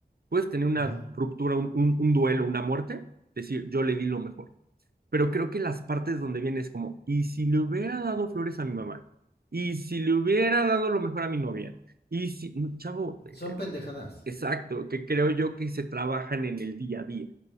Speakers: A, on the right; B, on the left.
A: puedes tener una
B: ujú.
A: ruptura, un, un, un duelo, una muerte, decir, yo le di lo mejor pero creo que las partes donde viene es como, ¿y si le hubiera dado flores a mi mamá? ¿Y si le hubiera dado lo mejor a mi novia? Y si, no, chavo,
B: Son pendejadas.
A: exacto, que creo yo que se trabajan en el día a día.